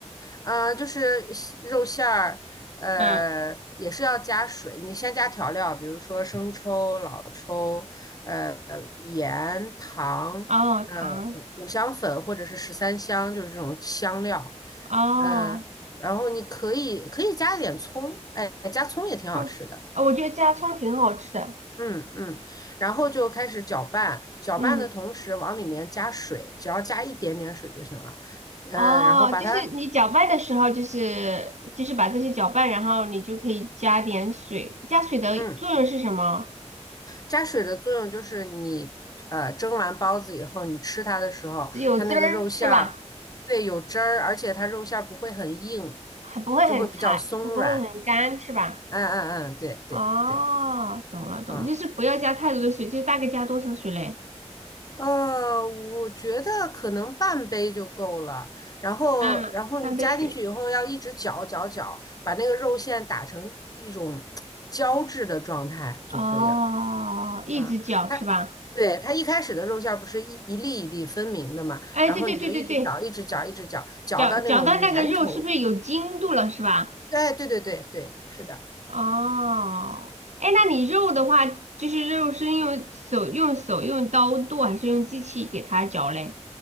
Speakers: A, on the left; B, on the right.
A: 嗯，就是西肉馅儿，呃，
B: 嗯，
A: 也是要加水。你先加调料，比如说生抽、老抽，呃，盐、糖，
B: 哦，
A: 呃，
B: 糖，
A: 五香粉或者是十三香，就是这种香料。
B: 哦，
A: 嗯、然后你可以可以加点葱，哎，加葱也挺好吃的。
B: 嗯，哦我觉得加葱挺好吃的。
A: 嗯嗯，然后就开始搅拌，搅拌的同时往里面加水，
B: 嗯，
A: 只要加一点点水就行了。
B: 哦，
A: 嗯、然后把它，
B: 就是你搅拌的时候，就是就是把这些搅拌，然后你就可以加点水，加水的作用是什么？
A: 嗯。加水的作用就是你呃蒸完包子以后，你吃它的时候，
B: 有汁儿是吧？
A: 它那个肉馅儿，对，有汁儿，而且它肉馅儿不会很硬，
B: 还不会很柴，
A: 就会比较松软。
B: 不过会很干，是吧？
A: 嗯嗯嗯，对对对，
B: 哦，懂了懂了，
A: 啊、
B: 就是不要加太多的水，就大概加多少水嘞？
A: 呃，我觉得可能半杯就够了。然后然后你加进去以后，
B: 嗯，三杯水。
A: 要一直搅搅搅，把那个肉馅打成一种胶质的状态就可以了。
B: 哦，一直搅是吧？
A: 啊，它对它一开始的肉馅儿不是一一粒一粒分明的嘛，
B: 哎，
A: 然后你就一直搅，
B: 对对对对对，
A: 一直搅，一直搅，搅到那种粘稠。
B: 搅搅到那个肉是不是有筋度了是吧？
A: 对对对对对，是的。
B: 哦，哎，那你肉的话，就是肉是用手用手用刀剁还是用机器给它搅嘞？